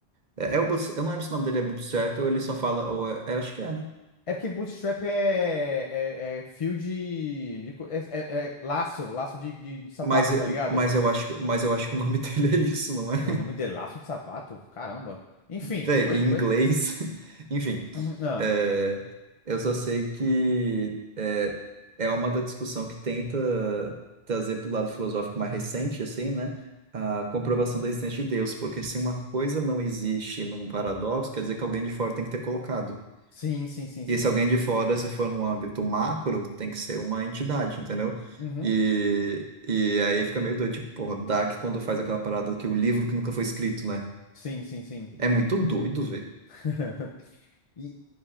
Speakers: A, on the right (about 45°); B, on the left (about 40°).
A: É, é o Boots- Eu não lembro se o nome dele é Bootstrap ou ele só fala... Ou é... é, acho que é, né?
B: É porque bootstrap é, é, é fio de, de co- é, é- é laço, laço de, de, de sapato,
A: Mas,
B: tá ligado?
A: mas, eu acho, que- mas eu acho que o nome <laughs> dele é isso, não é?
B: O nome de laço de sapato? Caramba. Enfim,
A: Véi,
B: coi,
A: em
B: coi...
A: inglês, <laughs> enfim,
B: <clears throat> Ah,
A: é, eu só sei que é, é uma da discussão que tenta trazer para o lado filosófico mais recente, assim, né? A comprovação da existência de Deus, porque se uma coisa não existe num paradoxo, quer dizer que alguém de fora tem que ter colocado.
B: sim, sim, sim, sim.
A: E se alguém de fora, se for num âmbito macro, tem que ser uma entidade, entendeu?
B: Uhum.
A: E, e aí fica meio doido, tipo, porra, Dark quando faz aquela parada que o livro que nunca foi escrito, né?
B: Sim, sim, sim.
A: É muito doido, velho.
B: <laughs> E,